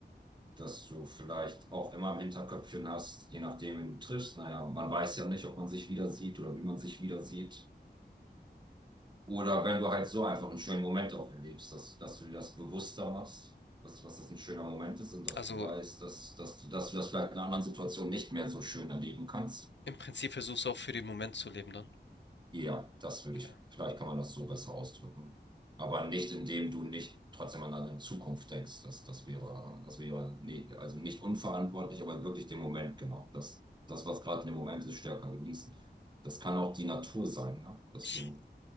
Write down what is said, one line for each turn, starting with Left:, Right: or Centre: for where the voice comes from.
Right: dass du vielleicht auch immer im Hinterköpfchen hast, je nachdem, wen du triffst. Naja, man weiß ja nicht, ob man sich wieder sieht oder wie man sich wieder sieht. Oder wenn du halt so einfach einen schönen Moment auch erlebst, dass, dass du dir das bewusster machst, was, was das ein schöner Moment ist und dass
Left: Also
Right: du weißt, dass, dass du, dass du das vielleicht in einer anderen Situation nicht mehr so schön erleben kannst.
Left: im Prinzip versuchst du auch für den Moment zu leben dann.
Right: Ja, das würde
Left: Okay.
Right: ich, vielleicht kann man das so besser ausdrücken. Aber nicht, indem du nicht trotzdem an eine Zukunft denkst. Das, das wäre, das wäre nee, also nicht unverantwortlich, aber wirklich den Moment, genau. Das, das, was gerade im Moment ist, stärker genießen. Das kann auch die Natur sein, ne? Dass
Left: Ich,
Right: du